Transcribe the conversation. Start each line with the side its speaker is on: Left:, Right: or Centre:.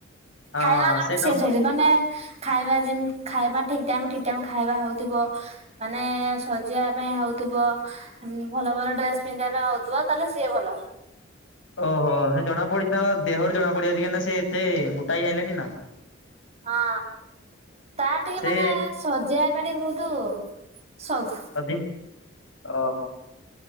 Left: ହଁ
Right: ଖାଇବା ଯୋଉଠି
Left: ନ
Right: ସେ ସେଇଠି ମାନେ ଖାଇବା ଯେମିତି ଖାଇବା ଠିକ୍ ଟାଇମ ଠିକ୍ ଟାଇମ ଖାଇବା ହଉଥିବ ମାନେ ସଜେଇଆ ପାଇଁ ହଉଥିବ ଭଲ ଭଲ ଡ୍ରେସ ପିନ୍ଧିଆ ପାଇଁ ହଉଥିବ, ତାହେଲେ ସିଏ ଭଲ।
Left: ଓ ହୋ ସେ ଜଣା ପଡିଛି ତାଙ୍କ ଦେହରୁ ଜଣା ପଡିଯାଉଛି, କାହିଁକିନା ସେ ଏତେ ମୋଟା ହେଇ ଆଇଲେଣି ନା।
Right: ହଁ ତାର ଟିକେ
Left: ସେ
Right: ମାନେ ସଜେଇ ହବା ଟିକେ ବହୁତ ସଉକ।
Left: <unintelligible> ଓ ହୋ।